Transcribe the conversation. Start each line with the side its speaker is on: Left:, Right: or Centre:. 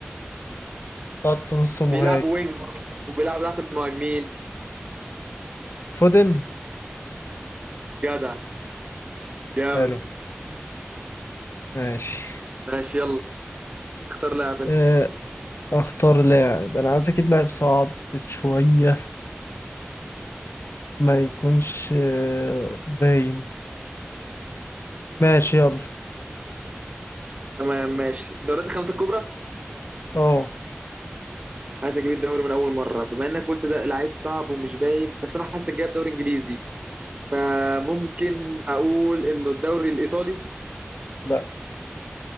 Left: خط نص مهاجم
Right: بيلعبوا وينج وبيلعبوا تحت المهاجمين
Left: فودن
Right: جدع جامد
Left: حلو ماشي
Right: ماشي يلا اختار لاعب انت
Left: آه، اختار لاعب انا عايز اجيب لاعب صعب شوية ما يكونش آه، باين ماشي يلا
Right: تمام ماشي دوريات الخمسة الكبرى
Left: اه
Right: عايز اجيب الدوري من اول مرة بما انك قلت ده لعيب صعب ومش باين بس انا حاسس جايب دوري انجليزي فممكن اقول انه الدوري الايطالي
Left: لا